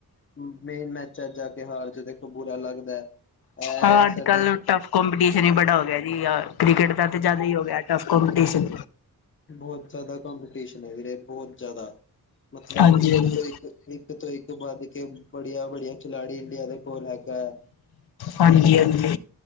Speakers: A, on the left; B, on the left.
A: ਮੇਨ ਮੈਂ ਮੈਚ ਜਾ ਕੇ ਹਾਰ ਜੇ ਦੇਖੋ ਬੁਰਾ ਲੱਗਦਾ ਐ।
B: ਹਾਂ, ਅੱਜ
A: ਸਾਡੇ
B: ਕੱਲ ਟੱਫ ਕੋਪੀਟੀਸ਼ਨ ਹੀ ਬੜਾ ਹੋ ਗਿਆ ਜੀ, ਕ੍ਰਿਕਟ ਦਾ ਤਾਂ ਜ਼ਿਆਦਾ ਹੀ ਹੋ ਗਿਆ, ਟਫ ਕੰਪਟਿਸ਼ਨ।
A: ਬਹੁਤ ਜ਼ਿਆਦਾ ਕੰਪੀਟੀਸ਼ਨ ਐ ਵੀਰੇ ਬਹੁਤ ਜ਼ਿਆਦਾ। ਮਤਲਬ
B: ਹਾਂਜੀ
A: ਇੱਕ
B: ਹਾਂਜੀ
A: ਤੋਂ ਇੱਕ ਇੱਕ ਤੋਂ ਇੱਕ ਵੱਧ ਕੇ ਬੜੀਆਂ -ਬੜੀਆ ਖਿੜੀ ਇੰਡੀਆ ਦੇ ਕੋਲ ਹੈਗਾ ਐ।
B: ਹਾਂਜੀ -ਹਾਂਜੀ,